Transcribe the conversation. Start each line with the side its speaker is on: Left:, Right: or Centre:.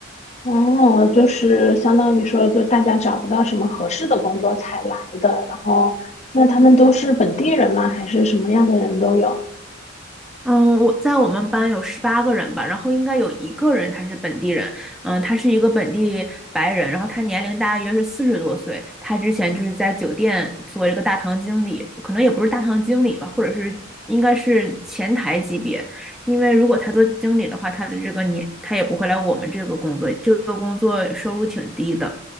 Left: 哦，就是相当于说，就大家找不到什么合适的工作才来的，然后那他们都是本地人吗？还是什么样的人都有？
Centre: 嗯，我在我们班有十八个人吧，然后应该有一个人他是本地人，嗯，他是一个本地白人，然后他年龄大约是四十多岁，他之前就是在酒店做这个大堂经理，可能也不是大堂经理吧，或者是应该是前台级别，因为如果他做经理的话，他的这个年他也不会来我们这个工作，这个工作收入挺低的。